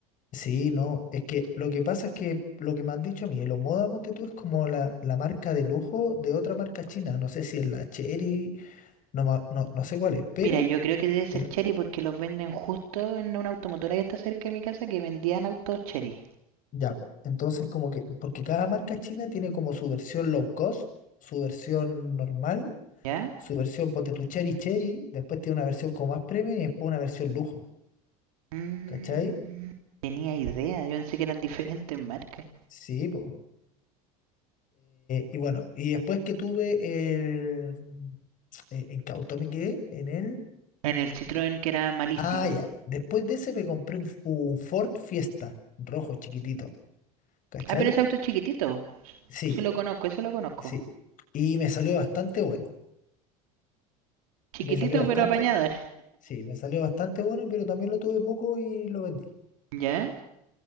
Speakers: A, on the left; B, on the right.
A: Sí, no. Es que lo que pasa es que lo que me han dicho a mí, el Omoda, ponte tú, es como la, la marca de lujo de otra marca china. No sé si es la Chery, no, ma- no, no sé cuál es, pero
B: Mira, yo creo que debe ser
A: el-
B: Chery porque los venden justo en una automotora que está cerca de mi casa que vendían autos Chery.
A: ya, po. Entonces, como que, porque cada marca china tiene como su versión low cost, su versión normal
B: ¿Ya?
A: su versión, ponte tu Cherry Cherry, después tiene una versión como más premium y después una versión lujo,
B: Mm,
A: ¿cachai?
B: tenía idea, yo pensé que eran diferentes marcas.
A: Sí, pues. y bueno, y después que tuve el... eh, ¿En qué auto me quedé? En el...
B: En el Citroën que era malísimo.
A: Ah, ya. Después de ese me compré un, un Ford Fiesta, rojo, chiquitito, ¿cachai?
B: Ah, pero ese auto es chiquitito.
A: Sí,
B: Sí lo conozco, eso lo conozco.
A: sí. Y me salió bastante bueno.
B: Chiquitito
A: Me salió bastante,
B: pero apañado.
A: sí, me salió bastante bueno, pero también lo tuve poco y lo vendí,
B: ¿Ya?